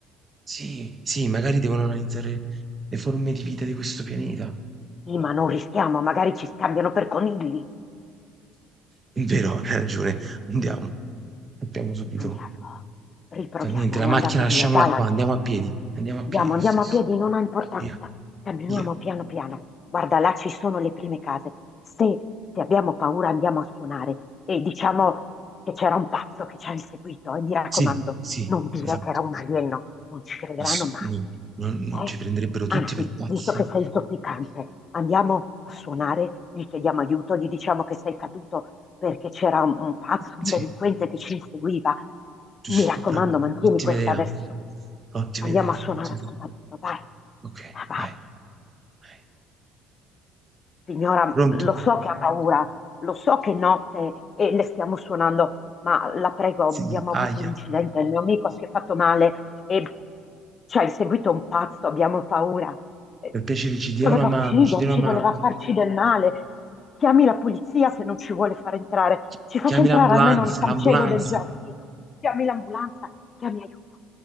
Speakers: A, on the right; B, on the left.
A: sì, sì, magari devono analizzare le forme di vita di questo pianeta.
B: Sì, ma non rischiamo, magari ci scambiano per conigli.
A: È vero, hai ragione, andiamo. Partiamo subito.
B: Andiamo, riproviamo,
A: Fa niente, la
B: è
A: macchina
B: andato
A: lasciamola
B: via, dai.
A: qua, andiamo a piedi. Andiamo a
B: Andiamo,
A: piedi lo
B: andiamo
A: stesso.
B: a piedi, non ha importanza.
A: Via,
B: Camminiamo
A: via.
B: piano piano. Guarda, là ci sono le prime case. Se, se abbiamo paura andiamo a suonare e diciamo che c'era un pazzo che ci ha inseguito e mi raccomando,
A: Sì, sì,
B: non dire
A: esatto.
B: che era un alieno, non ci crederanno
A: Ass-
B: mai.
A: no, non, non
B: Eh,
A: ci prenderebbero tutti
B: Anzi,
A: per pazzi.
B: visto che sei zoppicante, andiamo a suonare, gli chiediamo aiuto, gli diciamo che sei caduto perché c'era un, un pazzo, un
A: Sì,
B: delinquente che ci inseguiva.
A: giusto,
B: Mi raccomando,
A: brava.
B: mantieni
A: Ottima
B: questa
A: idea,
B: versione.
A: ottima
B: Andiamo
A: idea.
B: a suonare
A: ottima
B: a campanello,
A: idea.
B: vai,
A: Ok,
B: vai.
A: dai, dai.
B: Signora,
A: Pronto?
B: lo so che ha paura, lo so che è notte e le stiamo suonando, ma la prego,
A: Sì,
B: abbiamo
A: aia.
B: avuto un incidente, il mio amico si è fatto male e ci ha inseguito un pazzo, abbiamo paura. Eh,
A: Per piacere, ci dia
B: Voleva
A: una mano,
B: ucciderci,
A: ci dia una
B: voleva
A: mano.
B: farci del male. Chiami la polizia se non ci vuole far entrare.
A: Chi-
B: Ci faccia
A: Chiami
B: entrare
A: l'ambulanza,
B: almeno nel cancello
A: l'ambulanza.
B: del giardino. Chiami l'ambulanza, chiami aiuto.